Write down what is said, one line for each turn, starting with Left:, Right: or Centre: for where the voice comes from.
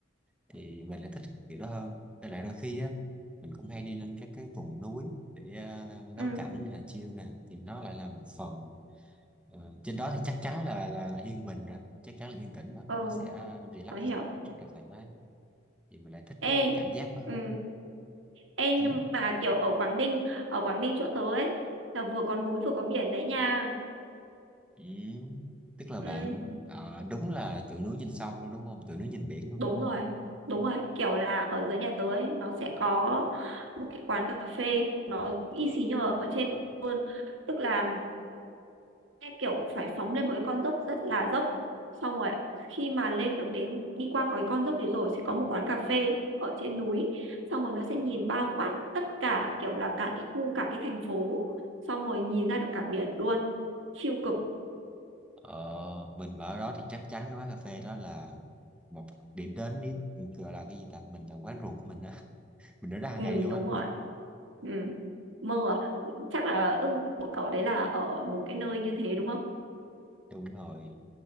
Centre: thì mình lại thích kiểu đó hơn với lại đôi khi á mình cũng hay đi lên các cái vùng núi để à, ngắm
Right: ừ
Centre: cảnh nè chill nè thì nó lại là một phần Ờ, trên đó thì chắc chắn là là là yên bình rồi chắc chắn là yên tĩnh rồi
Right: ờ
Centre: nó sẽ relax
Right: tớ hiểu
Centre: rất là thoải mái thì mình lại thích cái
Right: ê
Centre: cảm giác đó hơn
Right: ừ ê nhưng
Centre: ừ.
Right: mà kiểu ở Quảng Ninh ở Quảng Ninh chỗ tớ ấy là vừa có núi vừa có biển đấy nha
Centre: Ừ. tức là
Right: ừ
Centre: bạn ờ, đúng là từ núi nhìn sông luôn đúng không từ núi nhìn biển luôn
Right: Đúng
Centre: đúng không
Right: rồi, đúng rồi, kiểu là ở dưới nhà tớ ấy, nó sẽ có một cái quán cà phê nó y xì như ở trên luôn. Tức là cái kiểu phải phóng lên một cái con dốc rất là dốc. Xong rồi khi mà lên được đến đi qua có cái con dốc đấy rồi sẽ có một quán cà phê ở trên núi. Xong rồi nó sẽ nhìn bao quát tất cả kiểu là cả cái khu cả cái thành phố. Xong rồi nhìn ra được cả biển luôn. Siêu cực.
Centre: ờ, mình ở đó thì chắc chắn cái quán cà phê đó là một điểm đến đi gọi là cái gì ta mình là quán ruột của mình đó mình ở ra hàng
Right: Ừ
Centre: ngày luôn
Right: đúng
Centre: á
Right: rồi. Ừ. Mơ à? Ừ, Chắc là ước của cậu đấy là ở một cái nơi như thế đúng không?
Centre: đúng rồi